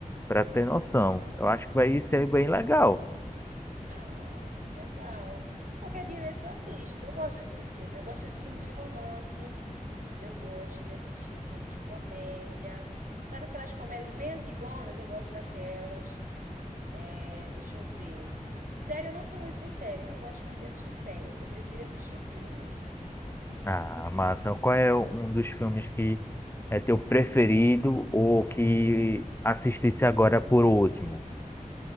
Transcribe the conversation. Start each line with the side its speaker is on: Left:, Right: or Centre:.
Left: para ter noção. Eu acho que vai ser bem legal.
Right: Ah, legal. Qualquer dia desse eu assisto. Eu gosto desse filme. Eu gosto desse filme de romance. Eu gosto de assistir filme de comédia. Sabe aquelas comédias bem antigonas? Eu gosto daquelas. É, deixa eu ver. Série, eu não sou muito de série, não gosto muito de assistir série. Eu prefiro assistir filme.
Left: Ah, massa. Qual é um dos filmes que é teu preferido ou que assistisse agora por último?